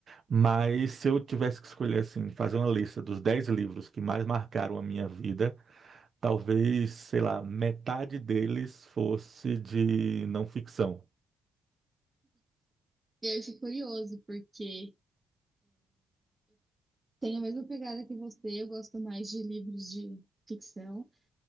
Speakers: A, on the right (about 45°); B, on the right (about 20°).
A: Mas se eu tivesse que escolher assim, fazer uma lista dos 10 livros que mais marcaram a minha vida, talvez, sei lá, metade deles fosse de não ficção.
B: E aí eu fico curioso porque Tenho a mesma pegada que você, eu gosto mais de livros de ficção.